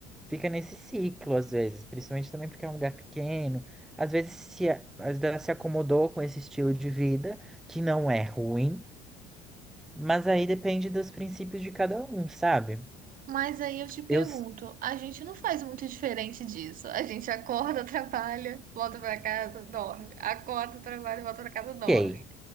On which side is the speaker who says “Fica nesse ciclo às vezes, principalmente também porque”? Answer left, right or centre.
Centre